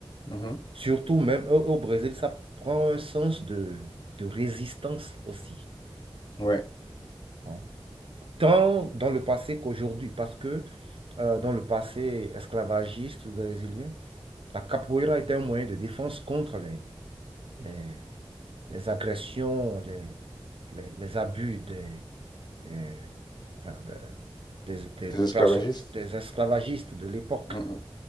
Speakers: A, on the left; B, on the right.
A: Mmh
B: Surtout même au, au Brésil, ça prend un sens de, de résistance aussi.
A: mh. Ouais,
B: hein. tant dans le passé qu'aujourd'hui, parce que euh, dans le passé esclavagiste brésilien, la capoeira était un moyen de défense contre les, les, les agressions, les, les, les abus des, des, enfin, de- des, des
A: des esclavagistes.
B: perso- des esclavagistes de l'époque.
A: Mmh mh.